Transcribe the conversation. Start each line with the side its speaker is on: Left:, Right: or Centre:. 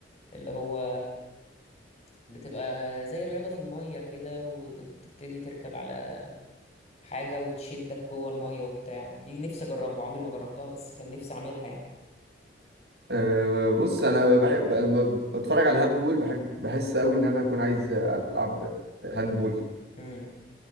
Left: اللي هو بتبقى زي رياضه في الميه كده وبتبتدي تركب على حاجه وتشدك جوه الميه وبتاع دي نفسي اجربها عمري ما جربتها بس كان نفسي اعملها يعني
Right: أه بص انا بحب لما بتفرج على هاندبول بحب بحس قوي ان انا اكون عايز العب هاندبول
Left: امم